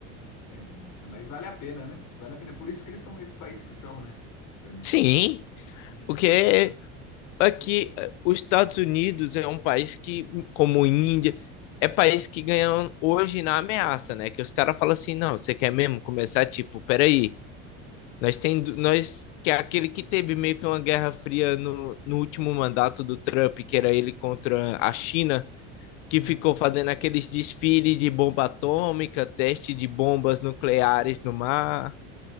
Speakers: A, on the left (about 60°); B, on the left (about 80°).
A: É muita. Mas vale a pena, né? Vale a pena. Por isso que eles são esse país que são, né? Também.
B: Sim,
A: Uhum.
B: porque aqui, eh, os Estados Unidos é um país que, como a Índia, é país que ganha hoje na ameaça, né? Que os caras falam assim, não, você quer mesmo começar, tipo, peraí, nós tem, nós, que é aquele que teve meio que uma guerra fria no, no último mandato do Trump, que era ele contra a China,
A: Uhum.
B: que ficou fazendo aqueles desfiles de bomba atômica, teste de bombas nucleares no mar,